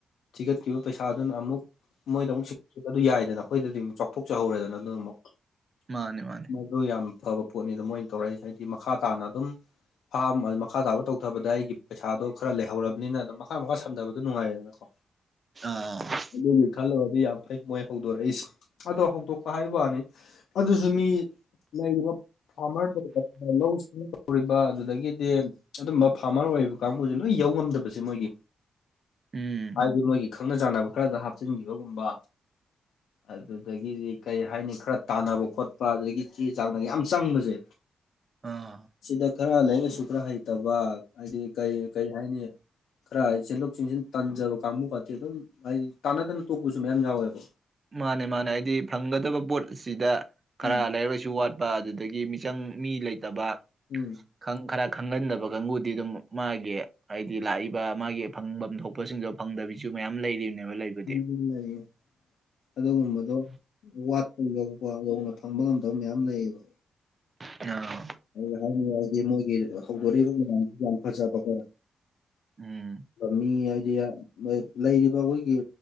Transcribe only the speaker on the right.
ꯃꯥꯅꯦ ꯃꯥꯅꯦ
ꯑ꯫
ꯎꯝ
ꯑꯥ
ꯃꯥꯅꯦ ꯃꯥꯅꯦ ꯍꯥꯏꯗꯤ ꯐꯪꯒꯗꯕ ꯄꯣꯠꯁꯤꯗ ꯈꯔ
ꯂꯥꯏꯔꯤꯛ ꯂꯥꯏꯁꯨ ꯋꯥꯠ꯫ ꯑꯗꯨꯗꯒꯤ ꯃꯤꯆꯪ ꯃꯤ ꯂꯩꯇꯕ꯫
ꯈꯔ ꯈꯪꯍꯟꯗꯕ ꯀꯥꯡꯕꯨꯗꯤ ꯑꯗꯨꯝ ꯃꯥꯒꯤ ꯍꯥꯏꯗꯤ ꯂꯥꯛꯏꯕ ꯃꯥꯒꯤ ꯐꯪꯐꯝ ꯊꯣꯛꯄꯁꯤꯡꯗꯣ꯫ ꯐꯪꯗꯕꯤꯁꯨ ꯃꯌꯥꯝ ꯂꯩꯔꯤꯕꯅꯦꯕ ꯂꯩꯕꯗꯤ꯫
ꯑ꯫
ꯎꯝ꯫